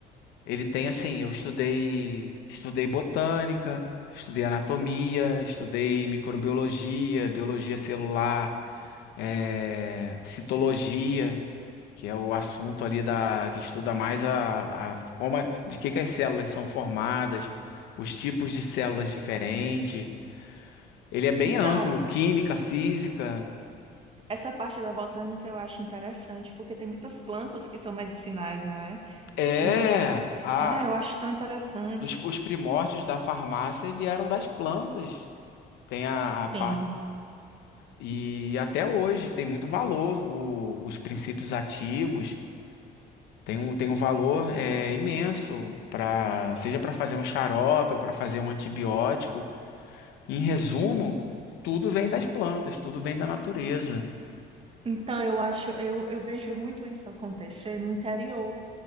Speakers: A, on the left; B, on the right.
A: Ele tem assim, eu estudei, estudei botânica, estudei anatomia, estudei microbiologia, biologia celular, eh, citologia, que é o assunto ali da que estuda mais a, a como é- de que que as células são formadas, os tipos de células diferentes. Ele é bem
B: Então,
A: amplo, química, física.
B: essa parte da botânica eu acho interessante, porque tem muitas plantas que são medicinais, não é?
A: É,
B: Tem muitas.
A: a,
B: Ah, eu acho tão interessante.
A: dos, os primórdios da farmácia vieram das plantas. Tem a,
B: Sim.
A: a parte E até hoje tem muito valor o- os princípios ativos. Tem um, tem um valor é, imenso para seja para fazer um xarope ou para fazer um antibiótico. Em resumo, tudo vem das plantas, tudo vem da natureza.
B: Então, eu acho, eu, eu vejo muito isso acontecer no interior.